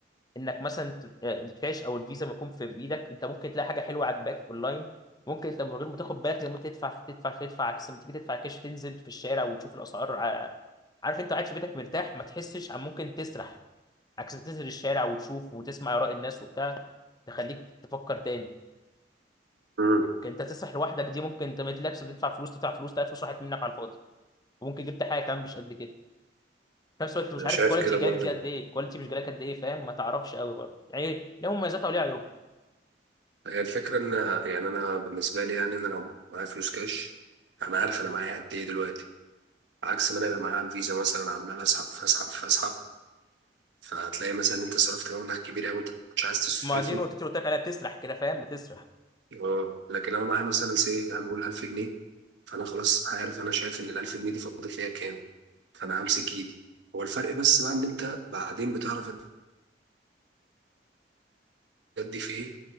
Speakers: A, on the left (about 20°); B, on the right (about 80°).
A: انك مثلا ت- آه، الكاش او الفيزا ما يكون في في ايدك انت ممكن تلاقي حاجه حلوه عاجباك اونلاين ممكن انت من غير ما تاخد بالك لما تدفع تدفع تدفع عكس ما تيجي تدفع كاش تنزل في الشارع وتشوف الاسعار ع- عارف انت قاعد في بيتك مرتاح ما تحسش عن ممكن تسرح عكس ما تنزل الشارع وتشوف وتسمع اراء الناس وبتاع تخليك تفكر تاني
B: مم.
A: لكن انت تسرح لوحدك دي ممكن انت ما تلاقيش بتدفع فلوس تدفع فلوس تلاقي فلوس راحت منك على الفاضي وممكن جبت حاجه كمان مش قد كده في نفس الوقت مش
B: انا
A: عارف
B: شايف
A: الكواليتي
B: كده
A: جالك
B: برضو
A: دي قد ايه الكواليتي مش جالك قد ايه فاهم ما تعرفش قوي برضه يعني ليه مميزاتها وليه عيوبها
B: هي الفكرة ان يعني انا بالنسبة لي يعني انا لو معايا فلوس كاش انا عارف انا معايا قد ايه دلوقتي عكس ما انا ابقى معايا على الفيزا مثلا عمال اسحب فاسحب فاسحب فتلاقي مثلا انت صرفت مبلغ كبير قوي انت ما كنتش عايز تصرفه
A: ما دي نقطتي اللي قلت لك عليها بتسرح كده فاهم بتسرح
B: اه لكن لو معايا مثلا سي هنقول 1000 جنيه فانا خلاص عارف انا شايف ان ال 1000 جنيه دي فاضل ليا كام فانا همسك ايدي هو الفرق بس بقى ان انت بعدين بتعرف تأدي في ايه